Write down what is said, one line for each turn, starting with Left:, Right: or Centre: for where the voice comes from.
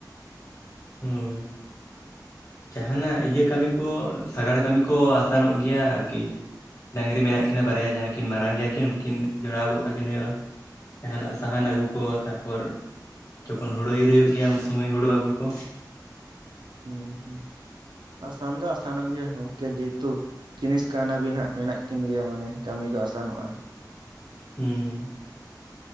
Left: ᱦᱮᱸ ᱾ ᱡᱟᱦᱱᱟᱜ ᱤᱭᱟᱹ ᱠᱟᱹᱢᱤ ᱠᱚ ᱥᱟᱜᱟᱲ ᱠᱟᱹᱢᱤ ᱠᱚ ᱟᱥᱟᱱᱚᱜ ᱜᱮᱭᱟ ᱟᱨᱠᱤ ᱾ ᱰᱟᱹᱝᱨᱤ ᱢᱮᱱᱟᱜ ᱠᱤᱱᱟ ᱵᱟᱨᱭᱟ, ᱡᱟᱦᱟᱸᱭ ᱠᱤᱱ ᱢᱟᱨᱟᱝ ᱜᱮᱭᱟ ᱠᱤᱱ ᱩᱱᱠᱤᱱ ᱡᱚᱲᱟᱣ ᱜᱚᱫ ᱠᱟᱠᱤᱱ ᱦᱩᱭᱩᱜᱼᱟ ᱾ ᱡᱟᱦᱱᱟᱜ ᱥᱟᱦᱟᱱ ᱟᱹᱜᱩ ᱠᱚ ᱛᱟᱨᱯᱚᱨ ᱡᱚᱠᱷᱚᱱ ᱦᱳᱲᱳ ᱤᱨ ᱦᱩᱭᱩᱜ ᱜᱮᱭᱟ ᱩᱱ ᱥᱩᱢᱟᱹᱭ ᱦᱳᱲᱳ ᱟᱹᱜᱩ ᱠᱚ ᱾
Right: ᱦᱮᱸ ᱦᱩᱸ <inaudible> ᱟᱥᱟᱱ ᱫᱚ ᱟᱥᱟᱱᱚᱜ ᱜᱮᱭᱟ ᱜᱚᱢᱠᱮ ᱡᱮᱦᱮᱛᱩ ᱡᱤᱱᱤᱥ ᱠᱟᱣᱱᱟᱵᱤᱱ ᱦᱟᱸᱜ ᱢᱮᱱᱟᱜ ᱠᱤᱱ ᱜᱮᱭᱟ ᱢᱟᱱᱮ ᱠᱟᱹᱢᱤ ᱫᱚ ᱟᱥᱟᱱᱚᱜᱼᱟ ᱾
Left: ᱦᱮᱸ ᱦᱮᱸ ᱾